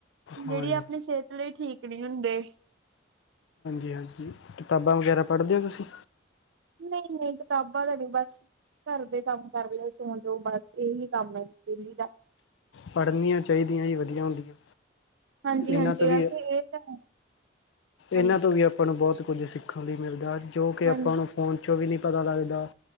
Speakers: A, on the left; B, on the right.
A: ਹਾਂਜੀ
B: ਜੇੜੀ ਆਪਣੀ ਸੇਹਤ ਲਈ ਠੀਕ ਨੀ ਹੁੰਦੇ।
A: ਹਾਂਜੀ, ਕਿਤਾਬਾਂ ਵਗੈਰਾ ਪੜ੍ਹਦੇ ੳ ਤੁਸੀਂ?
B: ਨਈ-ਨਈ ਕਿਤਾਬਾਂ ਦਾ ਨੀ ਬਸ ਘਰ ਦੇ ਕੰਮ ਕਰਲੋ ਸੌ ਜੋ ਬਸ ਏਹੀ ਕੰਮ ਏ ਡੇਲੀ ਦਾ।
A: ਪੜ੍ਹਨੀਆਂ ਚਾਈਦੀਆਂ ਜੀ ਵਧੀਆ ਹੁੰਦੀਆਂ।
B: ਹਾਂਜੀ
A: ਇਨਾਂ
B: ਹਾਂਜੀ
A: ਤੋਂ ਵੀ
B: ਵੈਸੇ ਇਹ ਤਾਂ ਹੈ ਹਾਂਜੀ
A: ਇਨਾਂ ਤੋਂ ਵੀ ਆਪ ਆਪਾਂ ਨੂੰ ਬੋਤ ਕੁੱਝ ਸਿੱਖਨ ਲਈ ਮਿਲਦਾ, ਜੋ ਕਿ
B: ਹਾਂਜੀ
A: ਆਪਾਂ ਨੂੰ ਫੋਨ ਚੋਂ ਵੀ ਨੀ ਪਤਾ ਲੱਗਦਾ।